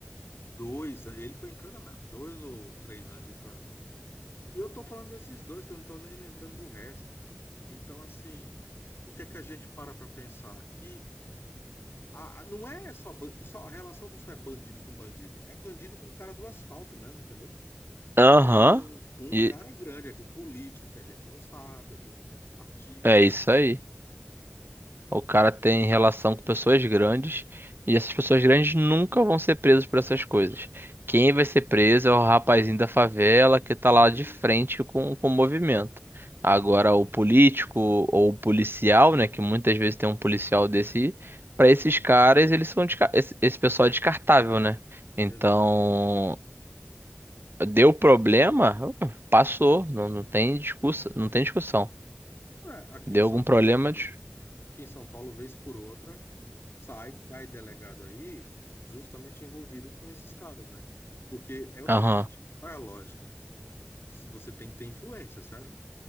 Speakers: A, on the left (about 75°); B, on the right (about 60°).
A: dois, ele foi em cana mesmo, dois ou três anos de cana. E eu tô falando desses dois, que eu não tô nem lembrando do resto, cara. Então, assim, o que é que a gente para pra pensar? Que a, a- não é só, ban- só a relação não só é bandido com bandido, é bandido com o cara do asfalto mesmo, entendeu?
B: Aham.
A: Com, com um
B: E
A: cara grande, é com político que a gente não sabe, é com artista,
B: é isso
A: né?
B: aí. O cara tem relação com pessoas grandes e essas pessoas grandes nunca vão ser presas por essas coisas. Quem vai ser preso é o rapazinho da favela que tá lá
A: Isso,
B: de frente com, com o movimento. Agora, o político ou o policial, né, que muitas vezes tem um policial desse, para esses caras, eles são desca- esse, esse pessoal é descartável, né? Então,
A: exatamente.
B: deu problema, passou, não, não tem discussão, não tem discussão.
A: Ué, aqui
B: Deu
A: em São
B: algum problema,
A: Paulo, cara,
B: de-
A: aqui em São Paulo, vez por outra, sai, cai delegado aí, justamente envolvido com esses caras, né? Porque é o
B: aham,
A: seguinte, qual é a lógica? você tem que ter influência, certo?